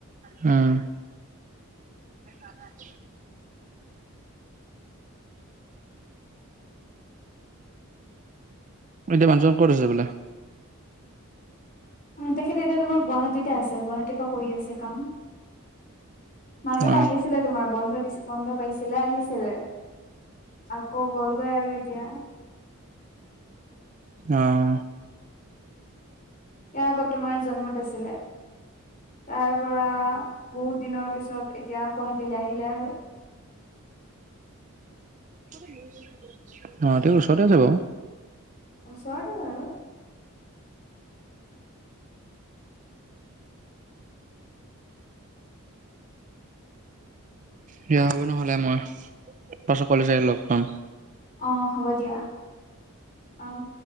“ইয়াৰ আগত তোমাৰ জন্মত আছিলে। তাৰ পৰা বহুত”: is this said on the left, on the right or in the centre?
Left